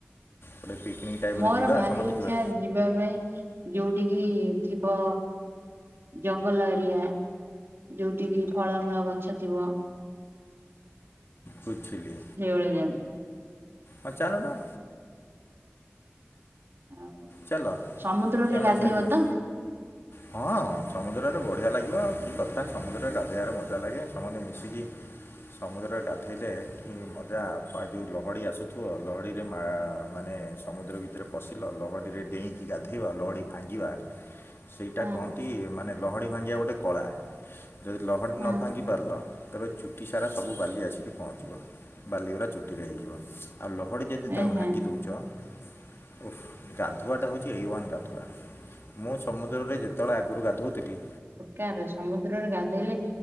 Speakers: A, on the left (about 60°); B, on the right (about 60°).
A: ଗୋଟେ ପିକନିକ୍ ଟାଇପର
B: ମୋର
A: ଯିବା
B: ଭାରି
A: ସମତିକି
B: ଇଚ୍ଛା
A: ବା
B: ଯିବା ପାଇଁ ଯୋଉଠିକି ଥିବ ଜଙ୍ଗଲ ଏରିଆ। ଯୋଉଠିକିି ଫଳମୂଳ ଗଛ ଥିବ।
A: ବୁଝିଲି।
B: ସେଇଭଳିଆ ଜାଗା।
A: ହଁ ଚାଲୁନ।
B: ଆଉ
A: ଚାଲ
B: ସମୁଦ୍ରରେ
A: ଚାଲ
B: ଗାଧେଇବ
A: ସ୍ୟାଡ଼େଯିବା।
B: ତ?
A: ହଁ ସମୁଦ୍ରରେ ବଢ଼ିଆ ଲାଗିବ ଆଉ କି କଥା ସମୁଦ୍ରରେ ଗାଧେଇବାରେ ମଜା ଲାଗେ ସମତେ ମିଶିକି ସମୁଦ୍ରରେ ଗାଧେଇଲେ କି ମଜା ପା ଯୋଉ ଲହଡ଼ି ଆସୁଥୁବ ଲହଡ଼ିରେ ମା ମାନେ ସ୍ ସମୁଦ୍ର ଭିତରେ ପଶିଲ ଲହଡି ରେ ଡେଇଁକି ଗାଧେଇବା ଲହଡି ଭାଙ୍ଗିବା ସେଇଟା
B: ହଁ
A: କହନ୍ତି ମାନେ ଲହଡ଼ି ଭାଙ୍ଗିବା ଗୋଟେ କଳା ଯଦି ଲହଡ଼ି
B: ହଁ।
A: ନ ଭାଙ୍ଗି ପାରଲ ତେବେ ଚୁଟି ସାରା ସବୁ ବାଲି ଆସିକି ପହଞ୍ଚିବ। ବାଲିଉରା ଚୁଟିରେ ହେଇଯିବ ଆଉ ଲହଡ଼ି ଯଦି
B: ଏହେ
A: ତମେ ଭାଙ୍ଗି ଦୋଉଚ ଓ ଗାଧୁଆଟା ହୋଉଚି ଏ ୱାନ୍ ଗାଧୁଆ। ମୁଁ ସମୁଦ୍ରରେ ଯେତଳେ ଆଗରୁ ଗାଧୋଉଥିଲି
B: କାର ସମୁଦ୍ରରେ ଗାଧୋଇଲେ